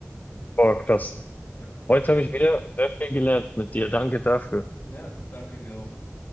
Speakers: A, on the left; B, on the left.
A: Boah, krass.
B: <laughs>
A: Heute habe ich wieder sehr viel gelernt mit dir. Danke dafür.
B: Ja, danke dir auch.